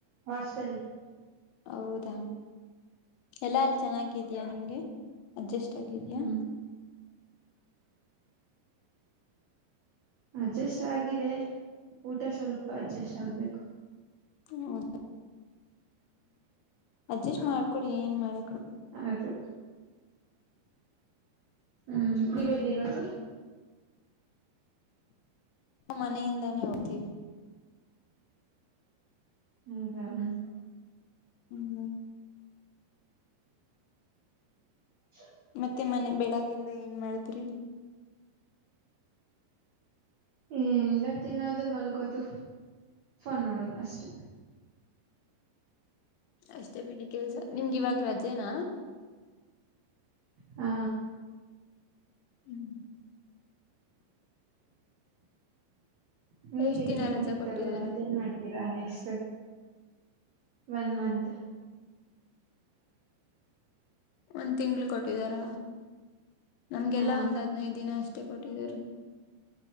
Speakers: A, on the right; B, on the left.
A: ಹಾಸ್ಟೆಲ್
B: ಹೌದ ಎಲ್ಲ ಅಲ್ಲ ಚೆನ್ನಾಗಿದಯಾ ನಿಮ್ಗೆ ಅಡ್ಜಸ್ಟ್ ಆಗಿದಿಯಾ
A: ಹ್ಮ್ ಅಡ್ಜಸ್ಟ್ ಆಗಿದೆ ಊಟ ಸ್ವಲ್ಪ ಅಡ್ಜಸ್ಟ್ ಆಗ್ಬೇಕು
B: ಹೌದ ಅಡ್ಜಸ್ಟ್ ಮಾಡ್ಕೊಳ್ಳಿ ಏನ್ ಮಾಡಕ್ ಆಗ
A: ಹೌದು ಹ್ಮ್
B: ಹ್ಮ್
A: ನೀವೆಲ್ಲ ಇರೋದು
B: ಮನೆಯಿಂದಾನೇ ಹೋಗ್ತೀವಿ
A: ಹೌದಾ ಹ್ಮ್
B: ಹ್ಮ್ ಹ್ಮ
A: <inaudible>
B: ಮತ್ತೆ ಮನೆ ಬೆಳಗಿಂದ ಏನ್ ಮಾಡದ್ರಿ
A: ಏನಿಲ್ಲ ತಿನ್ನದು ಮಲ್ಗೋದು ಫೋನ್ ನೋಡದು ಅಷ್ಟೇ
B: ಅಷ್ಟೇ ಬಿಡಿ ಕೆಲ್ಸ ನಿಮ್ಗ ಇವಾಗ ರಜೆನಾ
A: ಹಾ
B: ಹ್ಮ್
A: ನಿಮಗ
B: ಎಷ್ಟ್
A: ಎಕ್ಸಾಮ್
B: ದಿನ ರಜಾ
A: ಮುಗೀತಲ್ವಾ
B: ಕೊಟ್ಟಿದ್ದಾರೆ
A: ಮತ್ತೆ ಏನ್ ಮಾಡ್ತೀರಾ ನೆಕ್ಸ್ಟ್ ಒನ್ ಮಂತ್
B: ಒಂದ್ ತಿಂಗಳ್ ಕೊಟ್ಟಿದಾರ ನಮ್ಗೆಲ್ಲಾ
A: ಹ
B: ಒಂದ್ ಹದ್ನೈದ ದಿನ ಅಷ್ಟೇ ಕೊಟ್ಟಿದಾರೆ